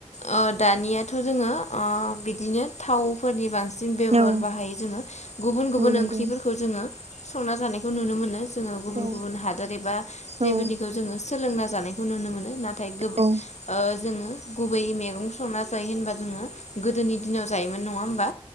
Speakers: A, on the left; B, on the right.
A: ओ। दानियाथ' जोङो ओ बिदिनो थावफोरनि बांसि। न बेब'हार
B: औ
A: बाहायै जोङो गुबुन गुबुन
B: औ नंगौ
A: ओंख्रिफोरखौ जोङो संना जानायखौ नुनो मोनो। जोङो गुबुन
B: औ
A: गुबुन हादोर एबा बेबायदिखौ
B: औ
A: जोङो सोलोंना जानायखौ नुनो मोनो नाथाय गो। ओ
B: औ
A: जोङो। गुबै मैगं संना जायो होनबा जोङो गोदोनि दिनाव जायोमोन नङा होमबा?